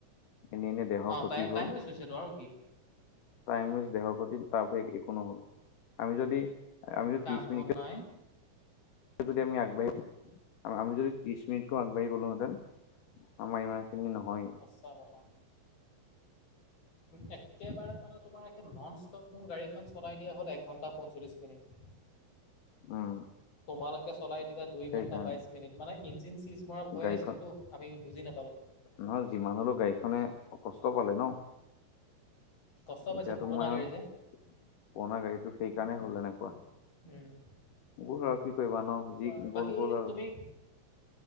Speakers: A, on the left; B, on the left.
A: এনেই এনেই দেহৰ
B: অ
A: ক্ষতি
B: তাই টাইমে
A: হ'ল।
B: চুইছেতো আৰু কি
A: টাইম ৱেষ্ট, দেহৰ ক্ষতি তাৰ বাহিৰে এ-একো নহ'ল, আমি যদি আমি
B: কাম
A: ত্ৰিশ
B: বন
A: মিনিতকে
B: নাই
A: কে যদি আমি আগবাঢ়ি, <inaudible> আমি যদি ত্ৰিছ মিনিটকৈও আগবাঢ়ি গ'লো হেঁতেন। আমাৰ ইমান খিনি নহয়েই।
B: সঁচা কথা। তুমি একেবাৰে মানত তোমাৰ একে নন' ষ্টপ মোৰ গাড়ীখন চলাই দিয়া হ'ল এক ঘন্টা পঞ্চল্লিশ মিনিট।
A: উম।
B: তোমালোকে চলাই দিলা দুই
A: সেইকাৰণে
B: ঘণ্টা বাইশ মিনিট। মানে ইঞ্জিন চিজ মৰা ভয়
A: গাড়ীখন
B: আছিল টো, আমি বুজি নাপালো।
A: নহয়, যিমান হ'লেও গাড়ীখনে অসুস্থ পালে ন'?
B: কষ্ট পাইছে
A: এতিয়া
B: পুৰণা
A: তোমাৰ
B: গাড়ী যে
A: পুৰণা গাড়ীটো সেইকাৰণেই হ'ল এনেকুৱা।
B: উম।
A: হ'ল আৰু কি কৰিবা ন',
B: ক'বা
A: যি
B: আৰু বাকী
A: গ'ল গ'ল আৰু।
B: তুমি